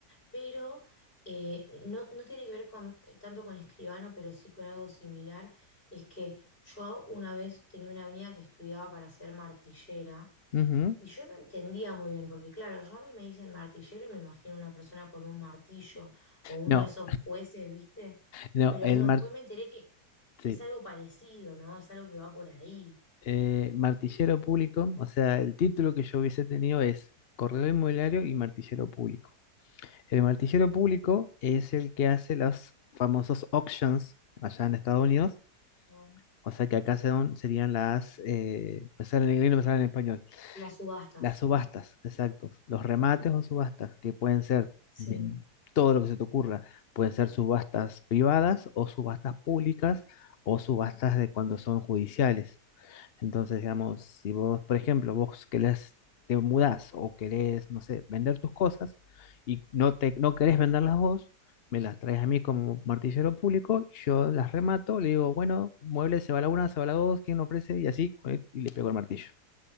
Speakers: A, on the left; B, on the left.
A: pero eh, no, no tiene que ver con, eh, tanto con escribano, pero sí con algo similar. Es que yo una vez tenía una amiga que estudiaba para ser martillera
B: Ujú.
A: y yo no entendía muy bien, porque claro, yo a mí me dicen martillero y me imagino una persona con un martillo o uno
B: No,
A: de esos jueces, ¿viste?
B: no,
A: Pero
B: el
A: no,
B: mar-
A: después me enteré que
B: sí,
A: es algo parecido, ¿no? Es algo que va por ahí.
B: eh, martillero público, o sea, el título que yo hubiese tenido es corredor inmobiliario y martillero público. El martillero público es el que hace los famosos auctions allá en Estados Unidos,
A: Oh,
B: o sea que acá son- serían las, eh, me sale en inglés, no me sale en español,
A: Las subastas,
B: Las subastas, exacto. Los remates o subastas, que pueden ser
A: sí.
B: de todo lo que se te ocurra. Pueden ser subastas privadas o subastas públicas o subastas de cuando son judiciales. Entonces, digamos, si vos, por ejemplo, vos querés, te mudás o querés, no sé, vender tus cosas y no, te, no querés venderlas vos, me las traes a mí como martillero público, yo las remato, le digo, bueno, mueble se va la una, se va la dos, ¿quién ofrece? Y así, con- y le pego el martillo.